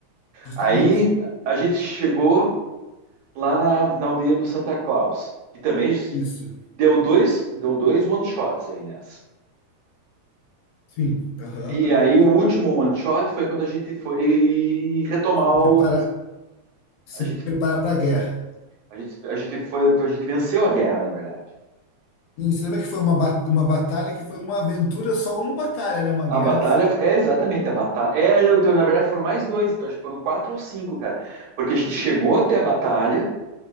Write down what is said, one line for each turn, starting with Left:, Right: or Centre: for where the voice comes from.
Left: justamente.
Right: Aí a gente chegou lá na, na aldeia do Santa Claus, que também
Left: Isso.
Right: deu dois, deu dois one shots aí nessa.
Left: Sim. aham.
Right: E aí o último one shot foi quando a gente foi retomar
Left: Se preparar,
Right: o,
Left: se
Right: a gente,
Left: preparar para a guerra.
Right: a gente, a gente foi, a gente venceu a guerra, na verdade.
Left: E você lembra que foi uma, ba- uma batalha que foi uma aventura, só uma batalha, né? Uma
Right: A
Left: guerra,
Right: batalha
Left: assim.
Right: é exatamente a batalha. É, então, na verdade, foram mais dois, então acho que foram quatro ou cinco, cara. Porque a gente chegou até a batalha